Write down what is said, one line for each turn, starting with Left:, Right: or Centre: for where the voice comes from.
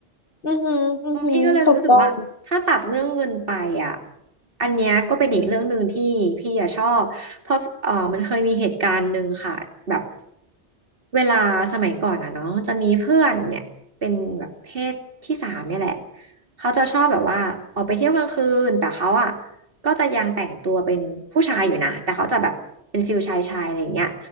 Left: อือหืออือหือถูกต้อง
Right: บางพี่ก็เลยรู้สึกว่าถ้าตัดเรื่องเงินไปอ่ะ อันเนี้ยก็เป็นอีกเรื่องหนึ่งที่พี่อะชอบ เพราะเออมันเคยมีเหตุการณ์หนึ่งค่ะแบบเวลาสมัยก่อนอ่ะเนาะมันจะมีเพื่อนเนี่ยเป็นแบบเพศที่สามเนี่ยแหละเขาจะชอบแบบว่าออกไปเที่ยวกลางคืนแต่เขาอ่ะก็จะยังแต่งตัวเป็นผู้ชายอยู่นะแต่เขาจะแบบเป็นฟิลชายชายอะไรอย่างเงี้ย